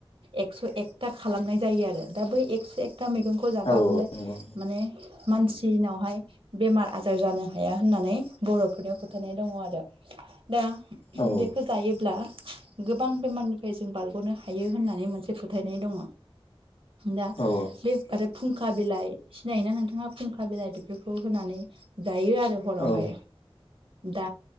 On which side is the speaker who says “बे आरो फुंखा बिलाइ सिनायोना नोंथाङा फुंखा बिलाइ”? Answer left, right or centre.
Right